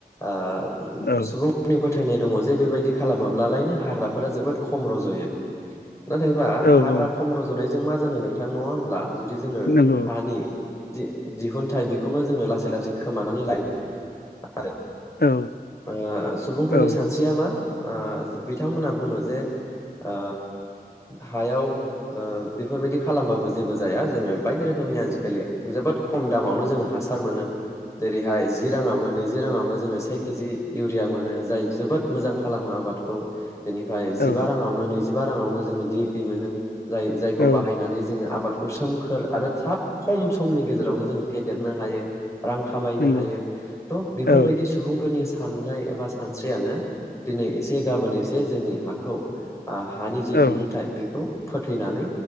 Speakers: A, on the left; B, on the left.
A: ओ
B: औ
A: सुबुं फोथायनाय दङ जे बेबायदि खालामोब्लालायनो हाग्राफोरा जोबोद खम रज'यो नाथायबा
B: औ
A: हाग्रा
B: औ
A: खम रज'नाय जों मा जानो नोंथां नङा होनब्ला । जुदि जोङो
B: नंगौ
A: हानि दि दिहुनथाइ बेखौनो जोङो लासै लासै खोमानानै लायो । आरो
B: औ
A: ओ स सुबुंफोरनि
B: औ
A: सानस्रिया मा? ओ बिथांमोना बुङो जे ओ हायाव ओ बेफोरबायदि खालामबाबो जेबो जाया जोङो बायदि रोखोमनि आजिखालि जोबोद खम दामावनो जोङो हासार मोनो जेरैहाय जि राङावनो नैजि राङावनो जोङो से केजि इउरिया मोनो । जाय जोबोद मोजां खालामो आबादखौ । बेनिफ्राय जिबा
B: औ
A: राङावनो नैजि बा राङावनो जोङो डि ए पि मोनो । जाय जायखौ
B: औ
A: बाहायनानै जोङो आबाद खौ सोमखोर आरो थाब खम समनि गेजेरावनो जोङो फेदेरनो हायो । रां खामायनो
B: नंगौ
A: हायो थ' बेफोरबायदि
B: औ
A: सुबुंफोरनि सा साननाय एबा स सानस्रियानो दिनै एसे गाबोन एसे जोंनि हाखौ आ हानि जि
B: औ
A: दिहुनथाइ बेखौ फोथैनानै